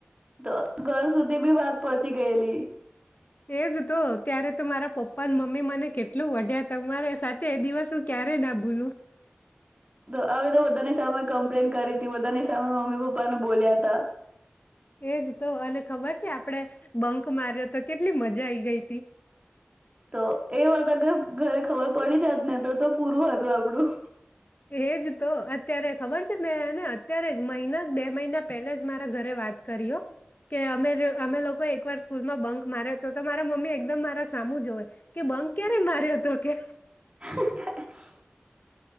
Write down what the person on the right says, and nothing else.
તો ઘર સુધી બી વાત પહોંચી ગયેલી.
તો હવે તો બધાની સામે કમ્પ્લેન કરી હતી બધાની સામે મમ્મી પપ્પાને બોલ્યા તા.
તો એ વાત અગર ઘરે ખબર પડી જાત ને તો તો પૂરું હતું આપણું.
<inaudible>